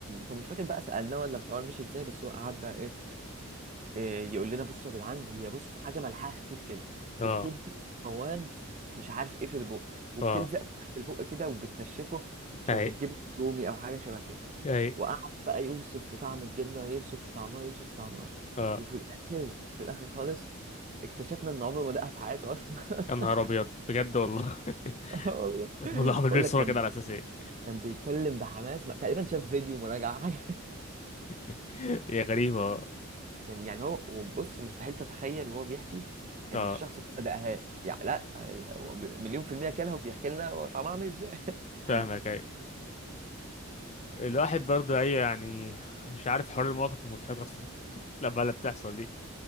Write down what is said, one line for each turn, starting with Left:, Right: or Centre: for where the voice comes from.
Right: فمش فاكر بقى سالناه ولا الحوار مشي ازاي بس هو قعد بقى ايه, إيه يقول لنا بصوا يا جدعان هي بص حاجه ملحها خفيف كده
Left: اه
Right: وبتدي قوام مش عارف ايه في البق وبتلزق
Left: اه
Right: في البق كده وبتنشفه شبه
Left: اي
Right: الجبن الرومي او حاجه شبه كده
Left: اي
Right: وقعد بقى يوصف في طعم الجبنة يوصف في طعمها يوصف في طعمها
Left: اه
Right: وفي الآخر في الآخر خالص اكتشفنا إن عمره ما دقها في حياته أصلا <laughs>
Left: يا نهار ابيض بجد والله
Right: آه والله
Left: <laughs> امال هو عامل
Right: بقول
Left: بيه الصوره
Right: لك كان
Left: كده على اساس ايه
Right: كان بيتكلم بحماس ما- تقريبا شاف فيديو مراجعة حاجة
Left: <laughs> هي غريبه اه
Right: <laughs> يعني يعني هو وبص مستحيل تتخيل وهو بيحكي إن
Left: آه،
Right: الشخص ده ما دقهاش يعني لا هو ب- مليون في المية كلها وبيحكي لنا هو طعمها عامل إزاي <laughs>
Left: فاهمك اي الواحد برضه اي يعني مش عارف حوار المواقف المضحكه <laughs> لما اللي بتحصل دي